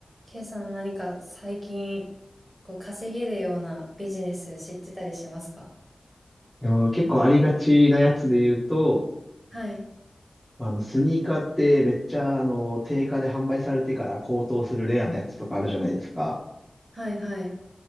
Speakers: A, on the right (about 25°); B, in the centre.
A: ケイさん何か最近、こう稼げるようなビジネス知ってたりしますか
B: でも結構ありがちなやつで言うと、
A: はい。
B: あの、スニーカーってめっちゃ、あの、定価で販売されてから高騰するレアなやつとかあるじゃないですか。
A: はい、はい、